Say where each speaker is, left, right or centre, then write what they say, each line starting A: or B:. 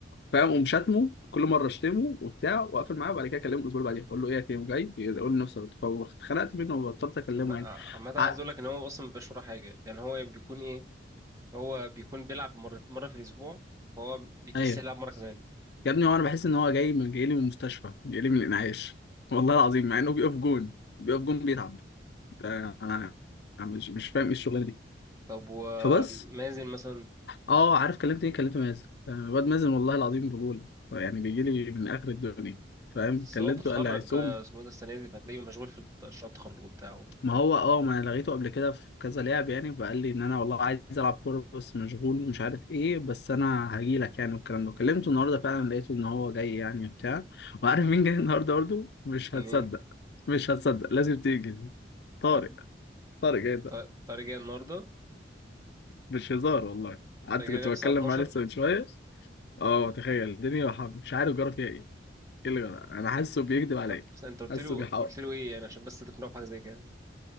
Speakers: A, on the left; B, on the right.
A: فاهم اقوم شاتمه كل مره اشتمه وبتاع واقفل معاه وبعد كده اكلمه الاسبوع اللي بعديه اقول له ايه يا كريم جاي يقول لي نفس الاتفاق واتخنقت منه وبطلت اكلمه
B: أما-
A: يعني
B: عامه
A: ع...
B: عايز اقول لك ان هو اصلا ما بيبقاش وراه حاجه يعني هو بيكون ايه هو بيكون بيلعب مره مره في الاسبوع هو بيكسل
A: ايوه
B: يلعب مره كمان
A: يا ابني هو انا بحس ان هو جاي من جاي لي من المستشفى جاي لي من الانعاش والله العظيم مع انه بيقف جون بيقف جون بيتعب ده انا أنا مش مش فاهم ايه الشغلانه دي
B: طب ومازن
A: فبس
B: مثلا
A: اه عارف كلمت ايه كلمت مازن آه، الواد مازن والله العظيم رجوله يعني بيجي لي من اخر الدنيا فاهم
B: بس
A: كلمته
B: هو بيتخرج
A: قال لي هيصوم
B: آه، اسمه ايه ده السنة دي فهتلاقيه مشغول في مشروع التخرج بتاعه
A: ما هو اه ما انا لغيته قبل كده في كذا لعب يعني فقال لي ان انا والله عايز العب كوره بس مشغول ومش عارف ايه بس انا هجي لك يعني والكلام ده كلمته النهارده فعلا لقيته ان هو جاي يعني بتاع وعارف مين جاي النهارده برضه مش
B: منين
A: هتصدق مش هتصدق لازم تيجي طارق
B: حد
A: طارق جاي ده
B: ط- طارق جاي النهاردة
A: مش هزار والله قعدت
B: طارق جاي
A: كنت
B: الساعة
A: بتكلم
B: 12
A: معاه لسه من شويه اه تخيل الدنيا وح- مش عارف جرى فيها ايه ايه اللي جرى انا حاسه بيكذب عليا
B: طب بس انت قلت
A: حاسه
B: له
A: بيحاول
B: قلت له ايه يعني عشان بس تقنعه بحاجة زي كده